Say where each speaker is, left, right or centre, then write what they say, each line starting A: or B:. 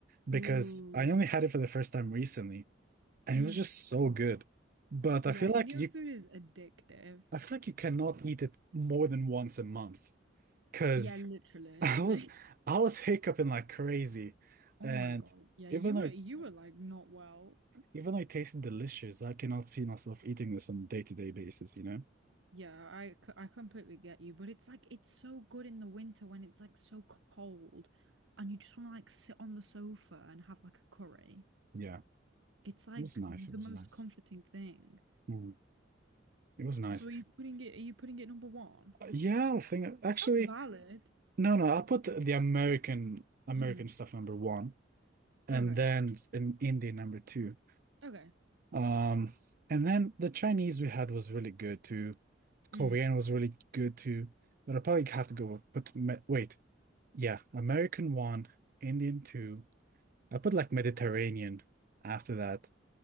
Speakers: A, on the right (about 50°); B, on the right (about 80°).
A: because
B: Ooh.
A: I only had it for the first time recently and
B: Mm.
A: it was just so good. But
B: Yeah,
A: I feel
B: Indian
A: like you,
B: food is addictive.
A: I feel like you cannot eat it more than once a month because
B: Yeah, literally.
A: <laughs> I
B: <laughs> Like,
A: was, I was hiccuping like crazy,
B: oh
A: and
B: my God. Yeah, you
A: even though
B: were
A: it,
B: you were like not well.
A: even though it tasted delicious, I cannot see myself eating this on a day-to-day basis, you know?
B: Yeah, I c- I completely get you, but it's like it's so good in the winter when it's like so cold and you just want to like sit on the sofa and have like a curry.
A: Yeah,
B: It's like
A: it was nice.
B: the
A: It was
B: most
A: nice.
B: comforting thing.
A: Mm, It was nice.
B: So are you putting it are you putting it number one?
A: Uh, Yeah, I think actually,
B: That's valid.
A: no, no. I'll put the American American
B: Mm.
A: stuff number one, and
B: Okay.
A: then in Indian number two.
B: Okay.
A: Um, and then the Chinese we had was really good too. Korean
B: Mm.
A: was really good too. But I probably have to go with, put me- wait, yeah, American one, Indian two. I put like Mediterranean after that